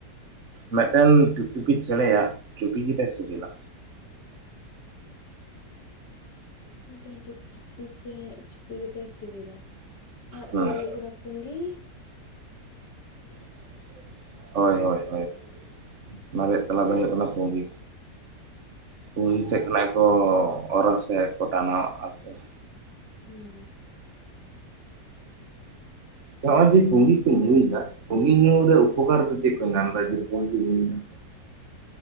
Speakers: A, on the right; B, on the left.
A: ᱢᱤᱫᱴᱮᱱ ᱴᱤᱯ ᱴᱤᱯᱤ ᱪᱮᱬᱮᱭᱟᱜ ᱪᱩᱯᱤ ᱜᱮᱛᱟᱭ ᱥᱤᱵᱤᱞᱟ
B: ᱢᱤᱫᱴᱮᱱ ᱢᱤᱯ ᱴᱤᱯᱤ ᱪᱮᱸᱦᱮᱭᱟᱜ ᱪᱩᱯᱤ ᱜᱮᱛᱟᱭ ᱥᱤᱵᱤᱞᱟ ᱚᱱᱟ
A: ᱦᱩᱸ
B: ᱛᱮᱞᱟ ᱫᱚ ᱦᱩᱭᱩᱜ ᱠᱟᱱᱟᱼᱼ ᱯᱩᱸᱜᱤ
A: <inaudible> ᱦᱳᱭ ᱦᱳᱭ ᱦᱳᱭ ᱚᱱᱟ ᱨᱮᱭᱟᱜ ᱛᱮᱞᱟ ᱫᱚ ᱦᱩᱭᱩᱜ ᱠᱟᱱᱟ ᱯᱩᱸᱜᱤ ᱯᱩᱸᱜᱤ
B: ᱦᱩᱸ
A: ᱥᱮᱫ ᱠᱷᱚᱱᱟᱜ ᱠᱚ ᱚᱨᱟ ᱥᱮ ᱟᱨᱠᱚ ᱴᱟᱱᱣᱟ ᱟᱠᱤ
B: ᱦᱩᱸ
A: ᱛᱚ ᱦᱚᱸᱼᱚᱭ ᱡᱮ ᱯᱩᱸᱜᱤ ᱠᱚ ᱧᱩᱭᱫᱟ ᱯᱩᱸᱜᱤ ᱧᱩᱨᱮ ᱩᱯᱚᱠᱟᱨ ᱫᱚ ᱪᱮᱫ ᱠᱚ ᱧᱟᱢ ᱫᱟ ᱡᱮ ᱯᱩᱸᱜᱤ ᱠᱚ ᱧᱩᱭᱫᱟ